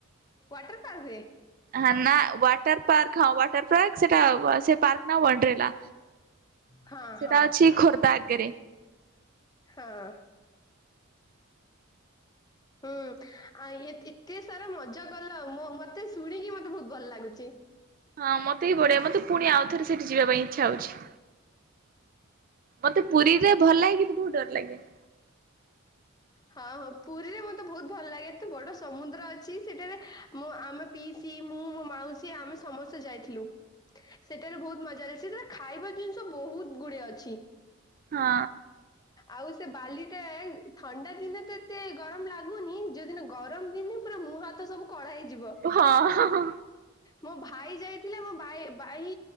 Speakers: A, on the left; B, on the right.
A: ୱାଟରପାର୍କରେ
B: ହଁ ନା ୱାଟରପାର୍କ ହଁ ୱାଟରପାର୍କ ସେଟା ସେ ପାର୍କ ନା ୱାଣ୍ଡିରିଲା।
A: ହଁ
B: ସେଟା
A: ହଁ
B: ଅଛି ଖୋର୍ଦ୍ଧା ଆଗେରେ।
A: ହଁ। ହୁଁ ଆଉ ଏ ଏତେ ଏତେସାରା ମଜା କଲ ମୋ ମତେ ଶୁଣିକି ମତେ ବହୁତ ଭଲ ଲାଗୁଚି।
B: ହଁ ମତେ ବି ବଢଆ ମତେ ପୁଣି ଆଉଥରେ ସେଇଠି ଯିବା ପାଇଁ ଇଚ୍ଛା ହଉଚି। ମତେ ପୁରୀରେ ଭଲ ଲାଗେ କିନ୍ତୁ ବହୁତ ଡର ଲାଗେ।
A: ହଁ ହଁ ପୁରୀରେ ମତେ ବହୁତ ଭଲ ଲାଗେ ଏତେ ବଡ ସମୁଦ୍ର ଅଛି ସେଠାରେ। ମୋ ଆମେ ପିଇସି, ମୁଁ, ମୋ ମାଉସୀ, ଆମେ ସମସ୍ତେ ଯାଇଥିଲୁ। ସେଟାରେ ବହୁତ ମଜାଳିଆ ସେ ଜ ଖାଇବା ଜିନିଷ ବହୁତ ଗୁଡିଏ ଅଛି।
B: ହଁ।
A: ଆଉ ସେ ବାଲିଟାଏ ଥଣ୍ଡା ଦିନେ ତ ଏତେ ଗରମ ଲାଗୁନି ଯୋଉଦିନ ଗରମ ଦିନେ ପୁରା ମୁହ ହାତ ସବୁ କଳା ହେଇଯିବ।
B: ହଁ ହଁ ହଁ।
A: ମୋ ଭାଇ ଯାଇଥିଲା ମୋ ଭାଇ ଭାଇ